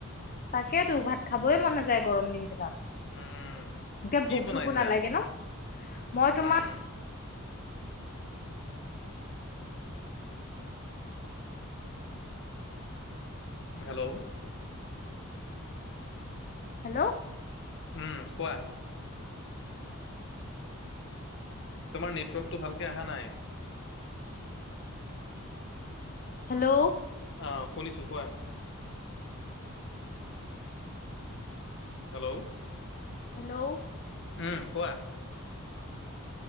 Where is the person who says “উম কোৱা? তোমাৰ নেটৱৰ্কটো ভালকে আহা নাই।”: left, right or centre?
Left